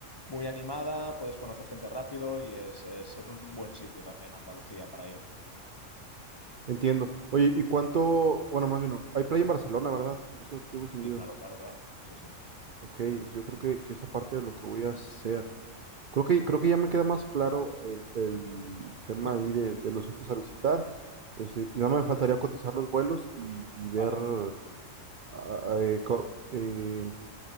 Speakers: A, on the left (about 25°); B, on the right (about 55°).
A: muy animada, puedes conocer gente rápido y es, es, es un buen sitio también Andalucía para ir.
B: Entiendo. Oye, ¿y cuánto? Bueno, más bien no. Hay playa en Barcelona, ¿verdad? Eso tengo
A: Y
B: entendido.
A: claro, claro, claro, sí, sí.
B: Ok, o sea, yo creo que, que esa parte de lo que voy a hacer. Creo que, creo que ya me queda más claro el, el tema
A: Porque-
B: ahí de, de los sitios a visitar. Este, nada más me faltaría cotizar los vuelos y, y ver,
A: Vale,
B: ah, ah, eh, co- eh,